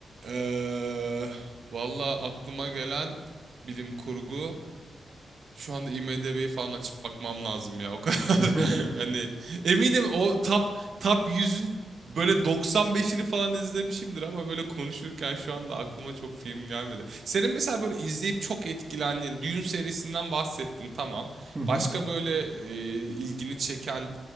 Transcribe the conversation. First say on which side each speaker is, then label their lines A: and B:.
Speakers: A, on the right; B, on the right.
A: eee valla aklıma gelen bilim kurgu. Şu anda IMDb'yi falan açıp bakmam lazım ya o kadar.
B: <laughs>
A: <laughs> Hani eminim o top top yüzün böyle doksan beşini falan izlemişimdir ama böyle konuşurken şu anda aklıma çok film gelmedi. Senin mesela böyle izleyip çok etkilendiğin Dune serisinden bahsettin tamam.
B: Hı hı.
A: Başka böyle e, ilgini çeken